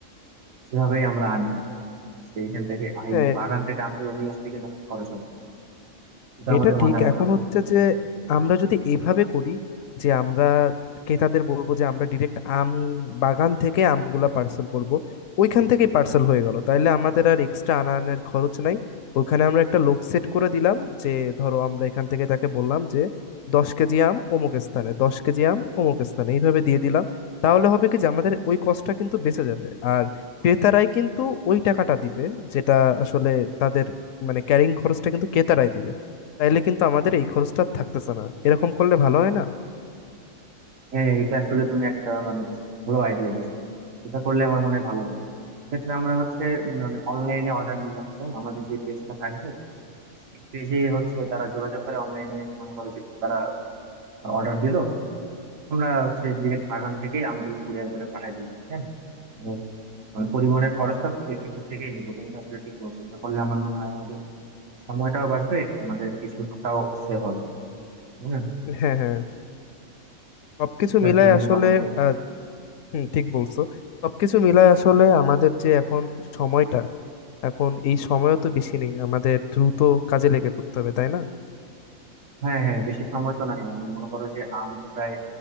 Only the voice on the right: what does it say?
যেভাবেই আমরা আনি সেইখান থেকে এই
বাগান থেকে আমগুলো নিয়ে আসতে কিন্তু একটা খরচ হবে এটা
আমাদের
মাথায় রাখা
উচিত
হ্যাঁ এটা আসলে তুমি একটা মানে বেশ ভালো আইডিয়া দিছো এটা করলে আমার মনে হয় ভালো হয় এক্ষেত্রে আমরা হচ্ছে উম, মানে অনলাইনে অর্ডার নিলাম তখন আমাদের যে পেজটা থাকবে সেই পেজে হচ্ছে তারা যোগাযোগ করে অনলাইনে মনে করো যে তারা অর্ডার দিলো আমরা হচ্ছে ডিরেক্ট বাগান থেকে আমগুলো কুরিয়ার করে পাঠাই দিলাম হ্যাঁ তো মানে পরিবহনের খরচটা পেটিকুট থেকেই নিবো তুমি তো আসলে ঠিক বলছো এটা করলে আমার মনে হয় আমাদের সময়টাও বাঁচবে আমাদের কিছু টাকাও সেভ হবে তাই না
এটা
আসলে তুমি
ভালো বলছো
হ্যাঁ হ্যাঁ বেশি সময় তো নাই আমার মনে করো যে আম তো প্রায়